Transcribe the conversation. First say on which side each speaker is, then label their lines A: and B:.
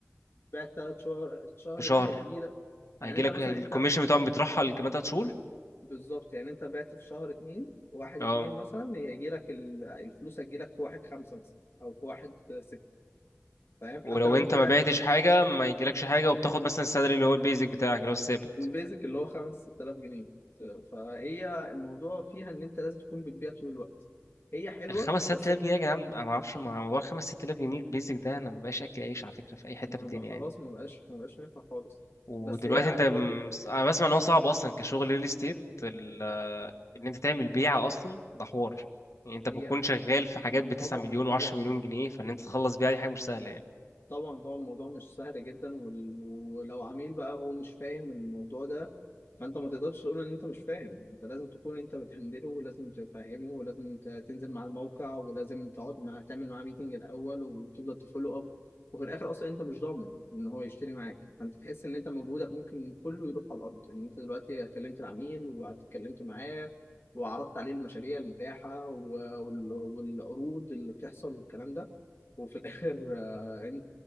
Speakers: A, on the left; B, on the left.
A: بيع الثلاث شهر الشهر
B: في شهر
A: ده هيجي لك
B: هيجي
A: يعني انت
B: لك
A: مثلا
B: الكوميشن
A: انت
B: بتاعهم بيترحل كمان تلات شهور
A: بالظبط يعني انت بعت في شهر اتنين واحد
B: اه
A: اتنين مثلا هيجي لك الفلوس هتجي لك في واحد خمسة مثلا او في واحد ستة فاهم
B: ولو
A: حتى لو
B: انت
A: انت بعت
B: ما بعتش حاجة ما يجيلكش حاجة وبتاخد مثلا السالري اللي هو البيزك بتاعك اللي هو الثابت
A: البيزك اللي هو خمس ست آلاف جنيه فهي الموضوع فيها ان انت لازم تكون بتبيع طول الوقت هي حلوة
B: الخمس
A: بس
B: ست آلاف جنيه يا جدعان انا ما اعرفش مع موضوع الخمس ست آلاف جنيه البيزك ده انا ما بقاش اكل عيش على فكرة في اي حتة
A: ما
B: في الدنيا
A: بقى خلاص
B: يعني
A: ما بقاش ما بقاش نافع خالص
B: ودلوقتي
A: بس هي
B: انت م-
A: برضو
B: انا بسمع ان هو صعب اصلا كشغل ريل استيت ال- آه، ان انت تعمل بيعه اصلا ده حوار يعني انت
A: هي
B: بتكون شغال في حاجات ب 9
A: طبعا
B: مليون
A: طبعا
B: و10 مليون جنيه فان انت تخلص بيعه دي حاجه مش سهله يعني
A: طبعا طبعا الموضوع مش سهل جدا وال- ولو عميل بقى هو مش فاهم الموضوع ده فانت ما تقدرش تقول ان انت مش فاهم انت لازم تكون انت بتهندله ولازم تفهمه ولازم ت- تنزل مع الموقع ولازم تقعد مع تعمل معاه ميتنج الاول وتفضل تفولو اب وفي الاخر اصلا انت مش ضامن ان هو يشتري معاك فانت تحس ان انت مجهودك ممكن كله يروح على الارض ان انت دلوقتي كلمت العميل واتكلمت معاه وعرضت عليه المشاريع المتاحة و- وال- والعروض اللي بتحصل والكلام ده وفي الاخر <laughs>